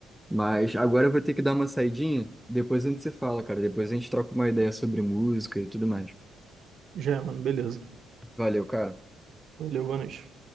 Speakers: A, in the centre; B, on the right.
A: Mas agora eu vou ter que dar uma saidinha. Depois a gente se fala, cara. Depois a gente troca uma ideia sobre música e tudo mais.
B: Já, mano, beleza.
A: Valeu, cara.
B: Valeu, boa noite.